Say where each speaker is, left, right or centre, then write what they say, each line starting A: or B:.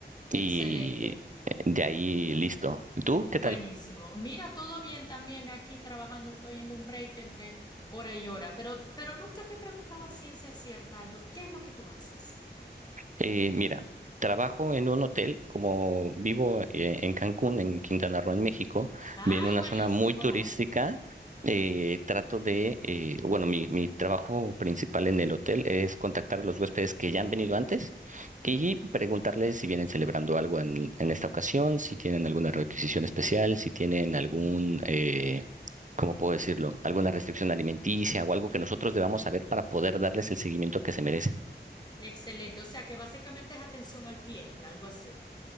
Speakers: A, on the right; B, on the left.
A: y
B: excelente.
A: eh, de ahí listo. ¿Tú qué
B: Buenísimo.
A: tal?
B: Mira, todo bien también aquí trabajando. Estoy en un break entre hora y hora, pero, pero nunca te he preguntado a ciencia cierta, Aldo, ¿qué es lo que tú haces?
A: Eh, mira, trabajo en un hotel, como vivo eh, en Cancún, en Quintana Roo, en México,
B: Ay,
A: en una
B: buenísimo.
A: zona muy turística. eh, trato de, eh, bueno, mi, mi trabajo principal en el hotel es contactar a los huéspedes que ya han venido antes y preguntarles si vienen celebrando algo en, en esta ocasión, si tienen alguna requisición especial, si tienen algún, eh, ¿cómo puedo decirlo? Alguna restricción alimenticia o algo que nosotros debamos saber para poder darles el seguimiento que se merecen.
B: Excelente. O sea que básicamente es atención al cliente, algo así.